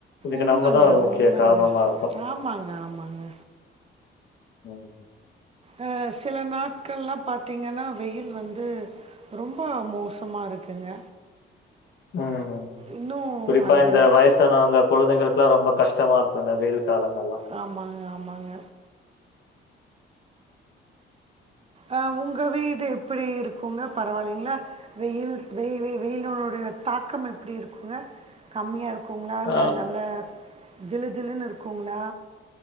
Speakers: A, on the left (about 65°); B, on the right (about 30°).
A: இது
B: உண்மைங்க
A: நம்மதா ஒரு முக்கிய
B: உண்மைங்க
A: காரணமா இருக்கோ
B: ஆமாங்க ஆமாங்க
A: ம்
B: ஆ சில நாட்கள்ல்லா பாத்தீங்கன்னா வெயில் வந்து ரொம்ப மோசமா இருக்குங்க
A: ஆமா மேம்
B: இன்னும்
A: குறிப்பா
B: அந்த
A: இந்த வயசானவங்க கொழந்தைகளுக் குலா ரொம்ப கஷ்டமா இருக்கு இந்த வெயில் காலங்கள்லா
B: ஆமாங்க ஆமாங்க ஆ உங்க வீடு எப்படி இருக்குங்க பரவால்லைங்ளா வெயில் வெ வெ வெயில்னுடைய தாக்கம் எப்படி இருக்குங்க கம்மியா இருக்குங்ளா இல்ல
A: ஆ
B: நல்ல ஜிலு ஜிலுனு இருக்குங்ளா